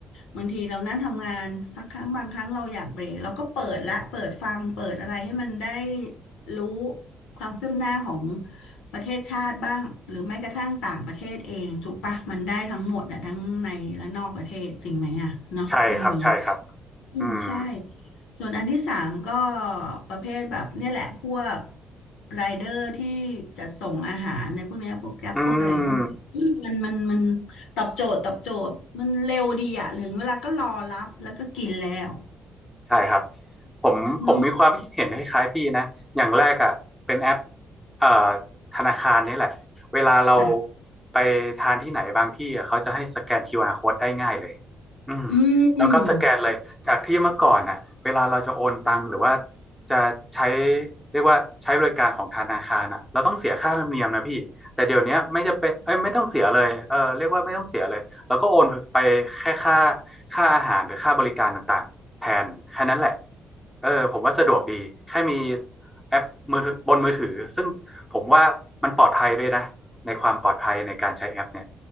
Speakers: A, on the left (about 85°); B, in the centre.
A: บางทีเรานั่งทำงานสักครั้งบางครั้งเราอยากเบรกเราก็เปิดละเปิดฟังเปิดอะไรให้มันได้รู้ความคืบหน้าของประเทศชาติบ้างหรือแม้กระทั่งต่างประเทศเองถูกปะมันได้ทั้งหมดอ่ะทั้งในและนอกประเทศจริงไหมอะเนาะเรื่องนี้
B: ใช่ครับใช่ครับ
A: อืมใช่
B: อืม
A: ส่วนอันที่สามก็ประเภทแบบเนี่ยแหละพวกไรเดอร์ที่จัดส่งอาหารในพวกเนี้ยพวกแกร็บพวกอะไรพวกนี้อืมมันมันมัน
B: อืม
A: ตอบโจทย์ตอบโจทย์มันเร็วดีอะถึงเวลาก็รอรับแล้วก็กินแล้ว
B: ใช่ครับผมผมมีความคิดเห็นคล้ายๆพี่นะอย่างแรกอ่ะเป็นแอป
A: เนาะ
B: เอ่อธนาคารนี่แหละเวลาเรา
A: จ้ะ
B: ไปทานที่ไหนบางที่อะเขาจะให้สแกนคิวอาร r code ได้ง่ายเลยอืม
A: อืม
B: แล้วก็สแกนเลยจากที่เมื่อก่อนอ่ะเวลาเราจะโอนตังค์หรือว่าจะใช้เรียกว่าใช้บริการของธนาคารอ่ะเราต้องเสียค่าธรรมเนียมนะพี่แต่เดี๋ยวเนี้ยไม่จะเป็นเอ้ยไม่ต้องเสียเลยเออเรียกว่าไม่ต้องเสียเลย แล้วก็โอนไปแค่ค่าค่าอาหารหรือค่าบริการต่างๆแทนแค่นั้นแหละเออผมว่าสะดวกดีแค่มีแอปมือถือบนมือถือซึ่งผมว่ามันปลอดภัยด้วยนะในความปลอดภัยในการใช้แอปเนี่ย